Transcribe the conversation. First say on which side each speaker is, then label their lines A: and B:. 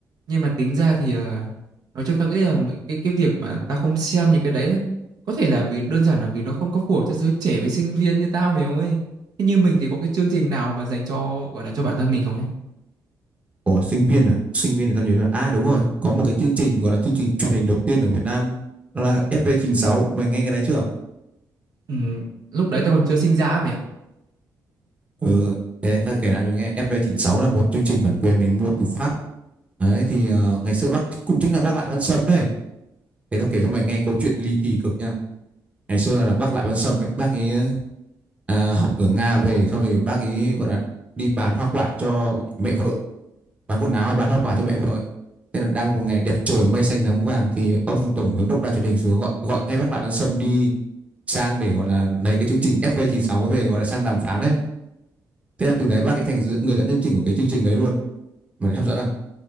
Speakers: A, on the right (about 60°); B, on the right (about 20°).
A: nhưng mà tính ra thì à, nói chung tao nghĩ là m- cái cái việc mà tao không xem những cái đấy, đấy có thể là vì đơn giản là vì nó không có phù hợp cho giới trẻ với sinh viên như tao mày ơi Thế như mình thì có cái chương trình nào mà dành cho gọi là cho bản thân mình không ấy
B: Ủa sinh viên à sinh viên thì tao nhớ là à đúng rồi có một cái chương trình gọi là chương trình truyền hình đầu tiên ở Việt Nam nó là FV96 mày nghe cái đấy chưa
A: ừ, lúc đấy tao còn chưa sinh ra ấy mày ạ
B: ừ thế ta kể lại mình nghe FV96 là một chương trình bản quyền mình mua từ Pháp Đấy thì ờ, ngày xưa bác cũng chính là bác Lại Văn Sâm đây. Để tao kể cho mày nghe câu chuyện ly kỳ cực nha. Ngày xưa là bác Lại Văn Sâm ấy, bác ấy ờ, à, học ở Nga về sau rồi bác ấy gọi là đi bán hoa quả cho mẹ vợ, bán quần áo hay bán hoa quả cho mẹ vợ ấy. Thế là đang một ngày đẹp trời mây xanh nắng vàng thì ông tổng giám đốc Đài truyền hình xuống gọi gọi ngay bác Lại Văn Sâm đi sang để gọi là lấy cái chương trình FV96 ấy về gọi là sang đàm phán đấy. Thế là từ đấy bác ấy thành người dẫn chương trình của cái chương trình đấy luôn. Mày thấy hấp dẫn không?